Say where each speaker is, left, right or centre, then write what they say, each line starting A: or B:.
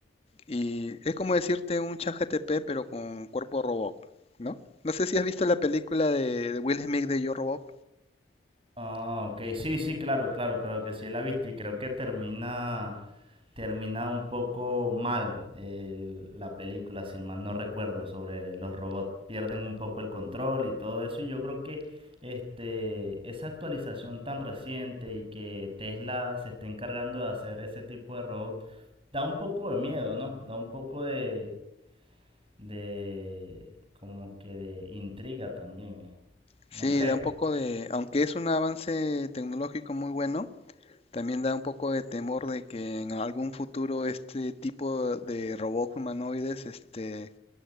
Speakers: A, on the left; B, on the right.
A: Y es como decirte un ChatGPT, pero con cuerpo robot, ¿no? No sé si has visto la película de, de Will Smith de Yo Robot.
B: Ah, ok, sí, sí, claro, claro, claro que sí la he visto y creo que termina, termina un poco mal el- la película, si mal no recuerdo, sobre los robots pierden un poco el control y todo eso y yo creo que este, esa actualización tan reciente y que Tesla se esté encargando de hacer ese tipo de robots da un poco de miedo, ¿no? Da un poco de, de como que de intriga también,
A: Sí,
B: ¿no crees?
A: da un poco de, aunque es un avance tecnológico muy bueno, también da un poco de temor de que en algún futuro este tipo de robots humanoides, este,